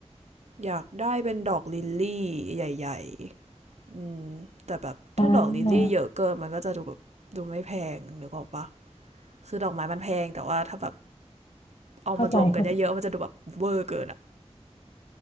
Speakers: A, on the right; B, on the left.
A: อยากได้เป็นดอกลิลลี่ใหญ่ๆอืมแต่แบบถ้าดอกลิลลี่เยอะเกินมันก็จะดูแบบดูไม่แพงนึกออกปะ
B: อ่า
A: คือดอกไม้มันแพงแต่ว่าถ้าแบบเอามารวมกันเยอะๆมันจะดูแบบเวอร์เกินอะ
B: เข้าใจเข้าใจ